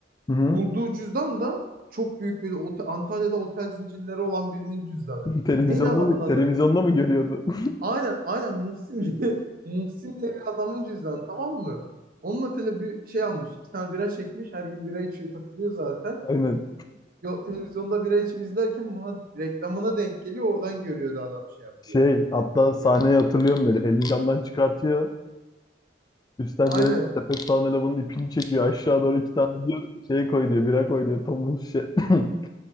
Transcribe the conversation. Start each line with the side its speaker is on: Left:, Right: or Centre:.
Left: Hı hı.
Right: Bulduğu cüzdan da çok büyük böyle ote- Antalya'da otel zincirleri olan birinin cüzdanı.
Left: <laughs> Televizyonda
Right: Neydi adamın
Left: mı
Right: adı?
Left: televizyonda mı görüyordu? <laughs>
Right: Aynen aynen Muhsin diye, <laughs> Muhsin diye bir adamın cüzdanı tamam mı? Onunla tele bir şey almış. İki tane bira çekmiş. Her gün bira içiyor takılıyor zaten.
Left: Aynen.
Right: Yo, televizyonda bira içip izlerken buna reklamına denk geliyor. Oradan görüyordu adam şey yapıyor.
Left: Şey, hatta
Right: Hatırlıyor.
Left: sahneyi hatırlıyorum böyle. Elini camdan çıkartıyor. Üstten
Right: Aynen
Left: böyle sepet sağan elemanın ipini çekiyor. Aşağı doğru iki tane diyor. Şey koy diyor. Bira koy diyor. Tombul şişe. <laughs> <clears throat>